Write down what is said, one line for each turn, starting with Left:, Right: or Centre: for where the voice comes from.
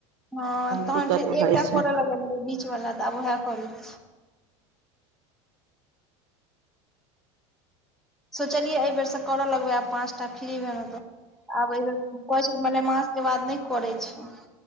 Centre: हँ तहन
Right: दिक्कत
Centre: फेर एकटा
Right: भऽ जाइ छै
Centre: करऽ लगेलियै, बीचवला तऽ आब उएह करै छी। सोचलियै एहि बेर से करऽ लगबै, आब पाँच टा फ्री भेलउ तऽ, आब एहि बेर पऽ मलेमास ओहिके बाद नहि करैत छै।